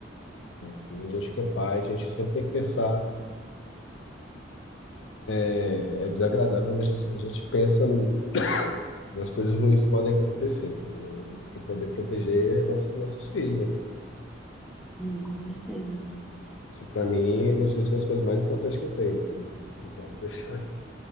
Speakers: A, on the left; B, in the centre.
A: Então, assim, a gente que é pai, a gente sempre tem que pensar. É, é desagradável, mas a gente, a gente pensa no- nas coisas ruins que podem acontecer, entendeu? Para poder proteger nossos, nossos filhos, né?
B: Sim, com certeza.
A: Isso, para mim, meus filhos são as coisas mais importantes que eu tenho, então não posso deixar.